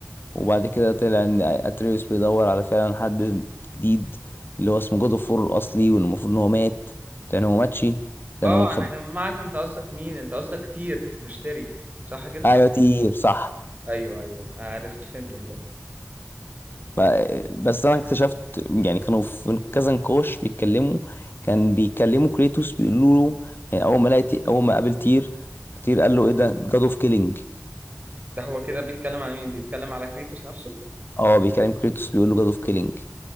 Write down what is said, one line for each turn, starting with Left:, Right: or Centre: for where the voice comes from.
Left: وبعد كده طلع ان اتريوس بيدور على فعلا حد جديد اللي هو اسمه جود اوف وور الاصلي واللي المفروض ان هو مات كان هو ماتشي كان
Right: اه
Left: هو مخبي
Right: انا جمعت انت قصدك مين انت قصدك كتير بشتري صح كده
Left: ايوه تير صح
Right: ايوه ايوه عرفت فهمت دلوقتي
Left: ب- بس انا اكتشفت يعني كانوا في كذا نقاش بيتكلموا كان بيكلموا كريتوس بيقولوا له يعني اول ما لقيت اول ما قابل تير تير قال له ايه ده جاد اوف كيلينج
Right: ده هو كده بيتكلم على مين بيتكلم على كريتوس نفسه
Left: اه بيكلم كريتوس بيقول له جاد اوف كيلينج